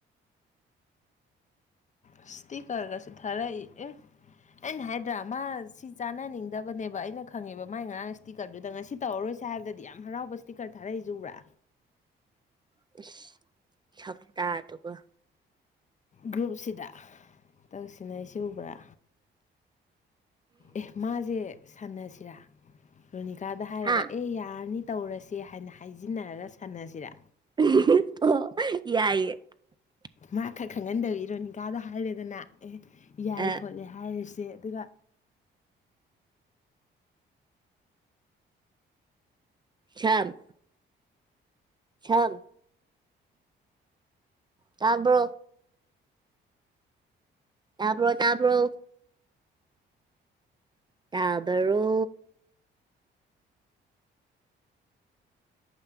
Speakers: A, on the left; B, on the right.
A: ꯏꯁꯇ ꯀꯔꯒꯁꯨꯦ ꯊꯔ ꯑꯦ ꯑꯩꯅ ꯍꯥꯏꯗ꯭ꯔꯥ ꯃꯥ ꯁꯤ ꯆꯥꯅꯅꯤꯡꯗꯕꯅꯦꯕ ꯑꯩꯅ ꯈꯪꯉꯦꯕ ꯃꯥꯏ ꯉꯔꯥꯡ ꯁ꯭ꯇꯤꯀꯔꯗꯨꯗ ꯉꯁꯤ ꯇꯧꯔꯔꯣꯏꯁꯦ ꯍꯥꯏꯕꯗꯗꯤ ꯌꯥꯝ ꯍꯔꯥꯎꯕ ꯁ꯭ꯇꯤꯀꯔ ꯊꯥꯔꯛꯏꯁꯦ ꯎꯕ꯭ꯔꯥ
B: <unintelligible> ꯁꯛꯇꯥ ꯗꯨꯒ
A: ꯒ꯭ꯔꯨꯞꯁꯤꯗ ꯇꯧꯁꯤꯟꯅꯔꯤꯁꯦ ꯎꯕ꯭ꯔꯥ ꯑꯦ ꯃꯥꯖꯦ ꯁꯥꯟꯅꯁꯤ ꯁꯤꯔꯥ ꯔꯣꯅꯤꯀꯥꯗ ꯍꯥꯏꯔꯒ
B: ꯍꯥ
A: ꯑꯦ ꯌꯥꯔꯅꯤ ꯇꯧꯔꯁꯦ ꯍꯥꯏꯅ ꯍꯥꯏꯖꯤꯟꯅꯔꯒ ꯁꯥꯟꯅꯁꯤꯔꯥ
B: ꯑ ꯍꯨꯝ ꯍꯨꯝ ꯑꯣ ꯌꯥꯏꯌꯦ
A: ꯃꯥ ꯈꯛ ꯈꯪꯍꯟꯗꯕꯤ ꯔꯣꯅꯤꯀꯥꯗ ꯍꯥꯏꯔꯦꯗꯅ ꯑꯦ ꯌꯥꯏ
B: ꯑ
A: ꯈꯣꯠꯂꯦ ꯍꯥꯏꯔꯤꯁ ꯆꯦ ꯑꯗꯨꯒ
B: ꯁꯝ ꯁꯝ ꯇꯥꯕ꯭ꯔꯣ ꯇꯥꯕ꯭ꯔꯣ ꯇꯥꯕ꯭ꯔꯣ ꯇꯥꯕꯔꯣ